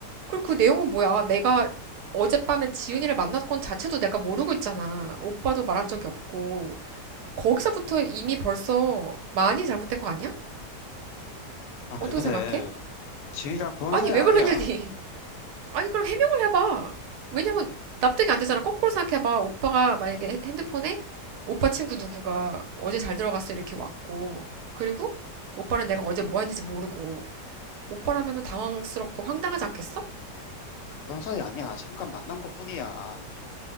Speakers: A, on the right; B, on the left.
A: 그리고 그 내용은 뭐야? 내가 어젯밤에 지훈이를 만났건 자체도 내가 모르고 있잖아. 오빠도 말한 적이 없고. 거기서부터 이미 벌써 많이 잘못된 거 아니야?
B: 아,
A: 어떻게
B: 왜 그래?
A: 생각해?
B: 지은이랑 그런
A: 아니,
B: 사이
A: 왜
B: 아니야.
A: 그러냐니. 아니, 그럼 해명을 해봐. 왜냐면 납득이 안 되잖아. 거꾸로 생각해봐. 오빠가 만약에 핸드폰에 오빠 친구 누구가 어제 잘 들어갔어 이렇게 왔고, 그리고 오빠는 내가 어제 뭐 했는지 모르고, 오빠라면은 당황스럽고 황당하지 않겠어?
B: 아, 그런 사이 아니야. 잠깐 만난 것뿐이야.